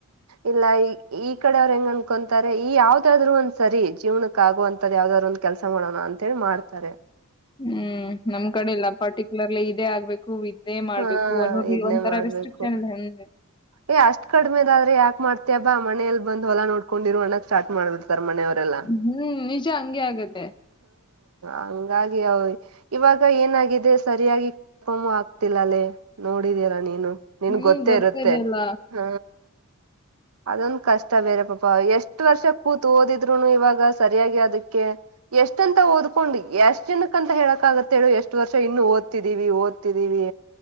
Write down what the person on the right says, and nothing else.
ಇಲ್ಲ ಈ ಈ ಕಡೆ ಅವ್ರ ಹೆಂಗ ಅನ್ಕೊಂತಾರೆ ಈ ಯಾವ್ದಾದ್ರು ಒಂದ್ ಸರಿ ಜೀವನಕ್ಕೆ ಆಗುವಂತದ್ ಯಾವ್ದಾದ್ರು ಒಂದ್ ಕೆಲಸ ಮಾಡೋಣ ಅಂತೇಳಿ ಮಾಡ್ತಾರೆ
ಹಾ ಇದ್ನೇ
ಮಾಡ್ಬೇಕು
ಏ ಅಷ್ಟ್ ಕಡಿಮೆದ ಆದ್ರೆ ಯಾಕ್ ಮಾಡತತಿಯಬಾ ಮನೇಲ್ ಬಂದ್ ಹೊಲ ನೋಡ್ಕೊಂಡಿರೋ ಅಣಕ್ ಸ್ಟಾರ್ ಮಾಡ್ಬೇಕು. ಕರಮನ ಅವರೆಲ್ಲ.
ಹಂಗಾಗಿ ಅವ ಇವಾಗ ಏನಾಗಿದೆ ಸರಿಯಾಗಿ ಕಕೊ ಆಗ್ತಿಲ್ಲ ಅಲ್ಲೇ ನೋಡಿ. <unintelligible> ನೀನು ನಿನ್
ಗೊತ್ತೇ
ಇರುತ್ತೆ ಹ್ಮ. ಅದೊಂದ ಕಷ್ಟ ಬೇರೆ ಪಾಪ ಎಷ್ಟ್ ವರ್ಷ ಕೂತು ಓದಿದ್ರುನು ಇವಾಗ ಸರಿಯಾಗಿ ಅದಕ್ಕೆ ಎಷ್ಟ ಅಂತ ಓದ್ಕೊಂಡ್ ಎಷ್ಟ್ ಜನಕ್ಕ ಅಂತ ಹೇಳಕ್ ಆಾಗತ್ತೆ ಹೇಳು ಎಷ್ಟ್ ವರ್ಷ ಇನ್ನು ಓದ್ತಿದೀವಿ ಓದ್ತಿದೀವಿ